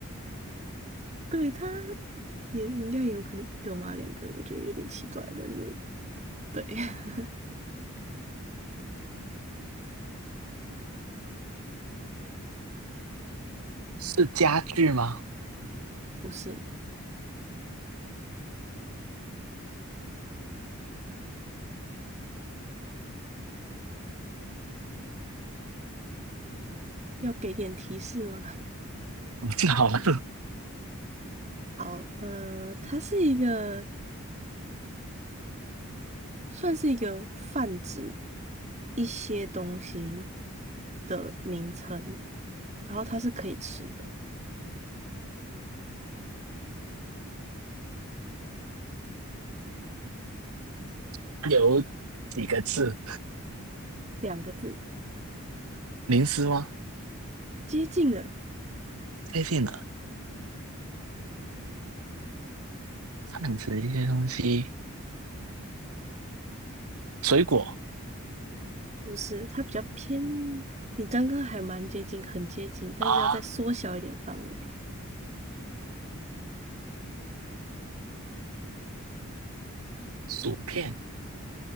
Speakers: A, on the right; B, on the right.
A: 对，他也应该有可能一个嘛，两个，我觉得有点奇怪，但是对，<laughs>
B: 是家具吗？
A: 不是，要给点提示吗？
B: 我这好了，
A: 好，呃，它是一个算是一个泛指一些东西的名称，然后它是可以吃的。
B: <laughs> 有几个字？
A: 两个字
B: 零食吗？
A: 接近了，
B: 接近了，泛指一些东西。水果
A: 不是，它比较偏。你刚刚还蛮接近，很接近，但是要再缩小一点范围，
B: 啊，薯片，